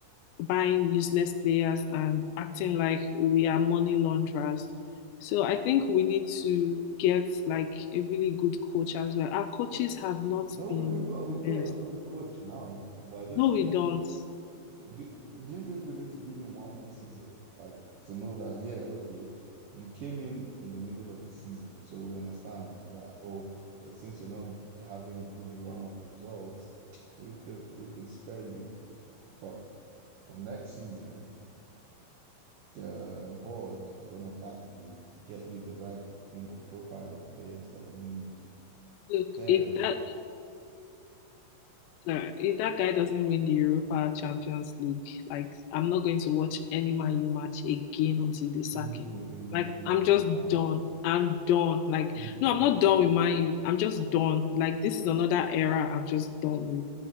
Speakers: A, on the left; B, on the right.
A: buying useless players and acting like we are money launderers. So I think we need to get like a really good coach as well. Our coaches have not
B: no,
A: been
B: we, we've got we've
A: the best.
B: got a good coach now, but I just
A: No, we
B: think,
A: don't.
B: do, do you think we need to give him one more season, like to know that yeah, okay, you came in in the middle of the season, so we understand that oh. Since you're not having a good run of results, we could we could spare you. But from next season, the board is going to back you, get you the right, you know, profile of players that you need.
A: Look,
B: Then
A: if that No, if that guy doesn't win the Europa Champions League, like I'm not going to watch any Man U match again until they sack
B: <laughs> lost
A: him. Like I'm just
B: a fan.
A: done. I'm done. Like
B: <laughs>
A: no, I'm not done with Man U. I'm just done. Like this is another era I'm just done with.